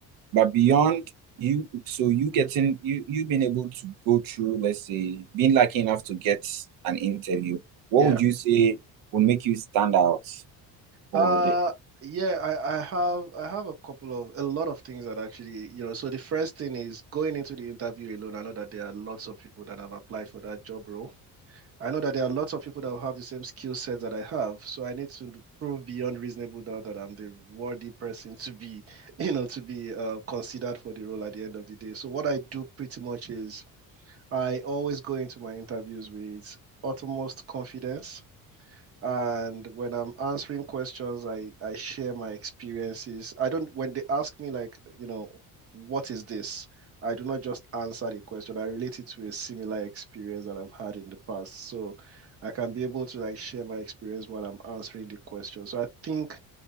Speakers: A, on the right; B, on the right.
A: But beyond you, so you getting you you being able to go through, let's say, being lucky enough to get an interview, what
B: Yeah.
A: would you say would make you stand out for
B: Uh,
A: the?
B: yeah, I, I have I have a couple of a lot of things that actually, you know, so the first thing is going into the interview alone. I know that there are lots of people that have applied for that job role. I know that there are lots of people that have the same skill set that I have, so I need to prove beyond reasonable doubt that I'm the worthy person to be, <laughs> you know, to be uh, considered for the role at the end of the day. So what I do pretty much is I always go into my interviews with utmost confidence. And when I'm answering questions, I, I share my experiences. I don't, when they ask me, like, you know, what is this? I do not just answer the question. I relate it to a similar experience that I've had in the past. So I can be able to like share my experience while I'm answering the question. So I think